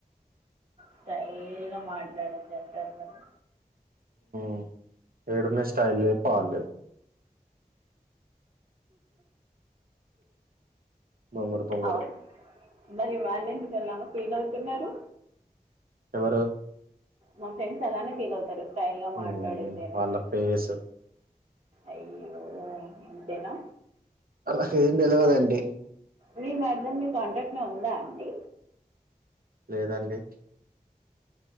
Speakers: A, on the right; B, on the right.
A: స్టైల్ గా మాట్లాడిద్ది అంటారు మరి
B: మ్ ఇడనే స్టైల్ లేదు పాడు లేదు బొంగురు బొంగురు
A: అవును మరి వాళ్ళు ఎందుకు అలా ఫీల్ అవుతున్నారు
B: ఎవరు
A: మా ఫ్రెండ్స్ అలానే ఫీల్ అవుతారు స్టైల్ గా
B: హ్మ్.
A: మాట్లాడిద్ది అనేసి
B: వాళ్ళ ఫేస్
A: అయ్యో ఇంతేనా
B: ఆళ్ళకి ఏం తెల్వదండి
A: మీ మరదల్ మీ కాంటాక్ట్ లో ఉందా అండి
B: లేదండి